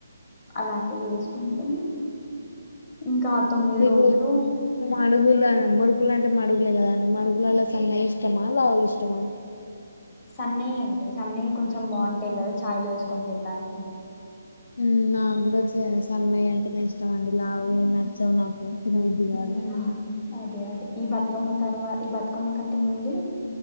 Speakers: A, on the left (about 15°); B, on the left (about 70°).
A: అలాంటివి వేసుకుంటము ఇంకా తొమ్మిది
B: దిండు
A: రోజులు
B: మడుగుల మొరుగ్ మడుగులు అంటే మడుగులే కదా అండి మడుగులలో సన్న ఇష్టమా లావు ఇష్టమా
A: సన్నయె అండి సన్నయె కొంచం బాంటై కదా చాయ్లో ఏసుకొని తిన్డానికి
B: ఉమ్ నా గుడా సా సన్నయె అంటేనే ఇష్టం అండి లావువి నచ్చవు నాకు తినబుద్ధి కాదు
A: ఉమ్ అదే అదే ఈ బతుకమ్మ తరవా ఈ బతు క్కమ్మ కంటే ముందు